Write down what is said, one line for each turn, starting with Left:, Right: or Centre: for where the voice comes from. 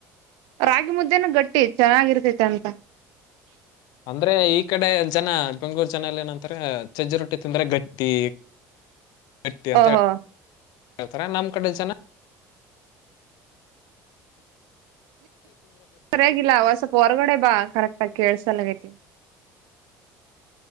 Right: ರಾಗಿ ಮುದ್ದೇನ ಗಟ್ಟಿ ಚೆನ್ನಾಗಿರ್ತೈತಿ ಅಂತ
Left: ಅಂದ್ರೆ ಈ ಕಡೆ ಜನ ಬೆಂಗೂರು ಚನೆಯಲ್ಲಿ ಏನಂತ್ರ ಚಜ್ಜಿ ರೊಟ್ಟಿ ತಿಂದ್ರೆ ಗಟ್ಟಿ ಗಟ್ಟಿ ಅಂತ
Right: ಓಹೋ
Left: ಹ ಹತರ ನಾಮ ಕಡಸ
Right: ಸರಿಯಾಗಿಲ್ಲ ಸ್ವಪ ಹೊರಗಡೆ ಬಾ ಕರೆಕ್ ಕೇಳ್ಸಲ್ಲಗೈತಿ